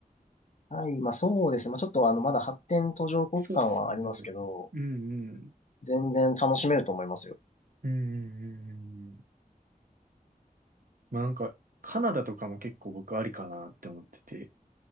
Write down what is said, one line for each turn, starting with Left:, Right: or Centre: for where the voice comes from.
Left: はい。まあ、そうですね。まあ、ちょっとあの、まだ発展途上国間はありますけど、
Right: そうっすよね。うんうん。
Left: 全然楽しめると思いますよ。
Right: うんうんうんうん。まあなんか、カナダとかも結構僕ありかなって思ってて。